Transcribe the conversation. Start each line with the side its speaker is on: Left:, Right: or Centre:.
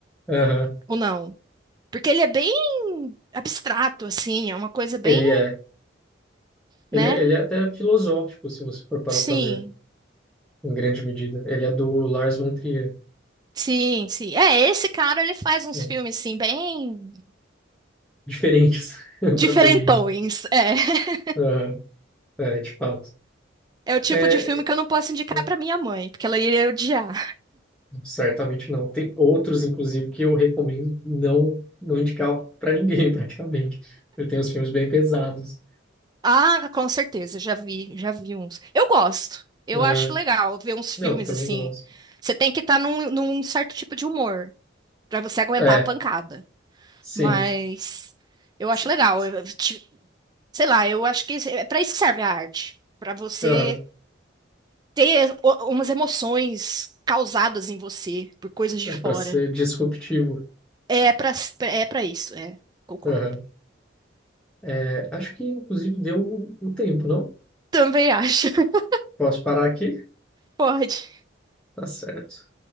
Centre: Aham.
Right: ou não? Porque ele é bem abstrato, assim, é uma coisa bem,
Centre: Ele é, ele,
Right: né?
Centre: é- ele é até filosófico, se você for parar
Right: Sim,
Centre: para ver, em grande medida. Ele é do Lars von Trier.
Right: sim, sim. É, esse cara, ele faz uns
Centre: um
Right: filmes, assim, bem
Centre: diferentes, <laughs>
Right: diferentões.
Centre: para dizer o mínimo.
Right: É, <laughs>
Centre: Aham, É, de fato.
Right: é o tipo
Centre: É,
Right: de filme que eu não posso indicar
Centre: né,
Right: pra minha mãe, porque ela iria odiar.
Centre: certamente não. Tem outros, inclusive, que eu recomendo não não indicar para ninguém, <laughs> praticamente. Ele tem uns filmes bem pesados.
Right: Ah, com certeza, já vi, já vi uns. Eu gosto, eu
Centre: Ah,
Right: acho legal ver uns filmes,
Centre: não, também
Right: assim.
Centre: gosto.
Right: Você tem que estar num, num certo tipo de humor pra você aguentar
Centre: É,
Right: a pancada.
Centre: sim.
Right: Mas eu
Centre: S-
Right: acho legal.
Centre: s-
Right: Eu- Sei lá, eu acho que é para isso que serve a arte, para você
Centre: aham,
Right: ter o- umas emoções causadas em você por coisas de
Centre: é
Right: fora.
Centre: para ser disruptivo.
Right: É para é para isso, é. Concordo.
Centre: Aham. É, acho que, inclusive, deu o tempo, não?
Right: Também acho. <laughs>
Centre: Posso parar aqui?
Right: Pode.
Centre: Tá certo.